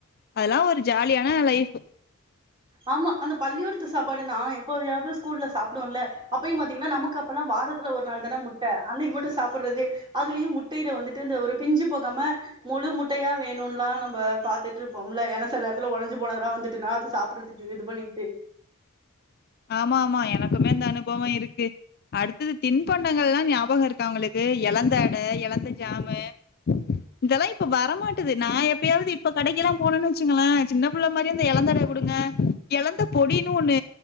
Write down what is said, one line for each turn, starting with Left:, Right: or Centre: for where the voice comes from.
Left: அதெல்லாம் ஒரு ஜாலியான லைஃப்
Right: ஆமா அந்த பள்ளியோடத்து சாப்பாடு நான் எப்போயாவது கூல்ல சாப்புடுவோம்ல அப்பயும் பாத்தீங்கன்னா நமக்கு அப்பல்லாம் வாரத்துல ஒரு நாள் தானே முட்ட அன்னைக்கு மட்டும் சாப்பிடுறது அதுலயும் முட்டையில வந்திட்டு ஒரு பிஞ்சு போகாம முழு முட்டையா வேணும்லாம் நம்மபாத்துட்டு இருப்போம்ல ஏன்னா செல நேரத்ல ஒடஞ்சுபோனதெல்லாம் வந்துட்டுனா அது சாப் சாப்றதுக்கு இது பண்ணிக்கிட்டு
Left: ஆமா ஆமா எனக்குமே அந்த அனுபவம் இருக்கு அடுத்தது தின்பண்டங்கள் எல்லாம் ஞாபகம் இருக்கா உங்களுக்கு எலந்த அட எலந்த ஜாமு இதெல்லாம் இப்ப வரமாட்டது நான் எப்பயாவது இப்ப கடைக்கெல்லாம் போனன்னு வச்சுங்களேன் சின்ன பிள்ள மாதிரி அந்த எழந்தவட கொடுங்க எழந்த பொடினு ஒண்ணு